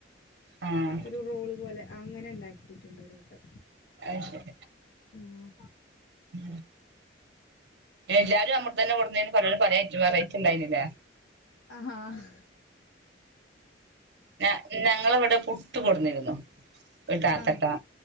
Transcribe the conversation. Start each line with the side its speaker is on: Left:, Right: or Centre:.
Right: ആഹ്
Left: ഒരു റോള് പോലെ അങ്ങനെ ഉണ്ടാക്കിയിട്ടുണ്ട് ഒരു വട്ടം.
Right: അ ശരി
Left: ഉം
Right: പിന്ന എല്ലാവരും അമൃത തന്നെടുന്ന കോടനിന്ന് പല പല ഐറ്റം ണ്ടായിരുന്നില്ലേ.
Left: ആഹാ ഹ്
Right: ഞ ഞങ്ങളവിടെ പുട്ട് കൊടുന്നിരുന്നു. ഒരു താത്തട്ടാ
Left: ആ ആ